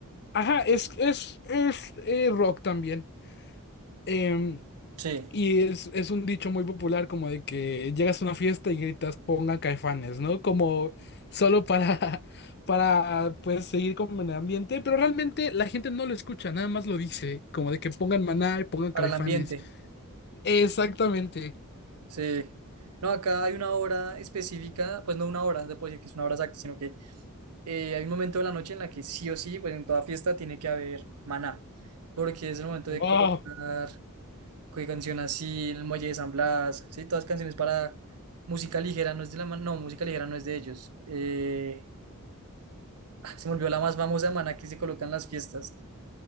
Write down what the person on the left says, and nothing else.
Ajá, es, es, es eh, rock también. Em,
Y es, es un dicho muy popular como de que llegas a una fiesta y gritas pongan Caifanes, ¿no? Como solo para, <laughs> para pues seguir con el ambiente, pero realmente la gente no lo escucha, nada más lo dice, como de que pongan Maná y pongan
Caifanes.
Exactamente.
Wow.